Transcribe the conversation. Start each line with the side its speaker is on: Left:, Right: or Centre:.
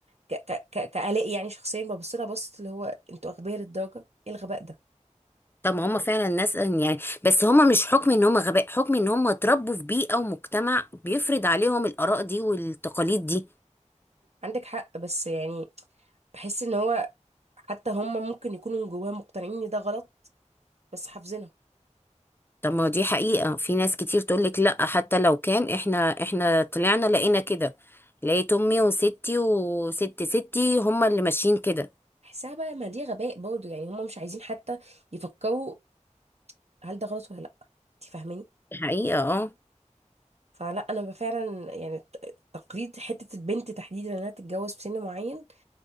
Right: ك ك ك كآلاء يعني شخصيا ببص لها بصت اللي هو انتوا اغبياء للدرجة ايه الغباء ده
Left: طب ما هم فعلا ناس يعني بس هم مش حكم ان هم غباء حكم ان هم اتربوا في بيئة ومجتمع بيفرض عليهم الآراء دي والتقاليد دي
Right: عندك حق بس يعني بحس ان هو حتى هم ممكن يكونوا من جواهم مقتنعين ان ده غلط بس حافظينها
Left: طب ما دي حقيقة في ناس كتير تقولك لأ حتى لو كان احنا احنا طلعنا لقينا كده لقيت امي وستي وست ستي هما اللي ماشيين كده
Right: بحسها بقى ما دي غباء برضه يعني هم مش عايزين حتى يفكروا هل ده غلط ولا لا انت فاهماني
Left: دي حقيقة اه
Right: فلا انا ب- فعلا يعني الت- تقليد حته البنت تحديدا انها تتجوز في سن معين